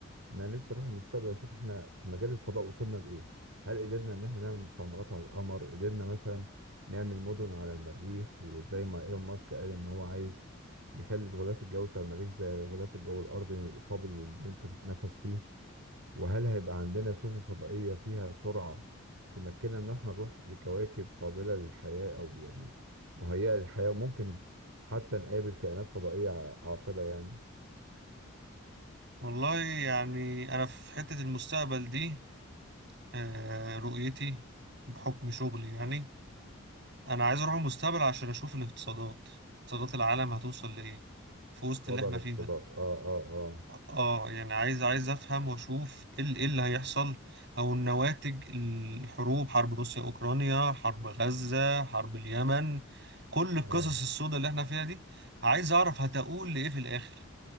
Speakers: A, on the right; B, on the right.
A: ان انا نفسي اروح المستقبل اشوف احنا في مجال الفضاء وصلنا لايه هل قدرنا ان احنا نعمل مستعمرات على القمر قدرنا مثلا نعمل مدن على المريخ وزي ما ايلون ماسك قال ان هو عايز يخلي الغلاف الجوي بتاع المريخ زي غلاف الجو الارضي قابل ان انت تتنفس فيه وهل هيبقى عندنا سفن فضائية فيها سرعة تمكننا إن احنا نروح لكواكب قابلة للحياة أو يعني مهيئة للحياة وممكن حتى نقابل كائنات فضائية ع- عاقلة يعني
B: والله يعني انا في حتة المستقبل دي آه رؤيتي بحكم شغلي يعني انا عايز اروح المستقبل عشان اشوف الاقتصادات اقتصادات العالم هتوصل لايه في وسط
A: وضع
B: اللي احنا
A: الاقتصادات
B: فيه ده
A: آه آه آه
B: اه يعني عايز عايز افهم واشوف ايه ال- إيه اللي هيحصل او النواتج الحروب حرب روسيا اوكرانيا حرب غزة حرب اليمن كل القصص
A: آه
B: السوداء اللي احنا فيها دي عايز اعرف هتقول لايه في الاخر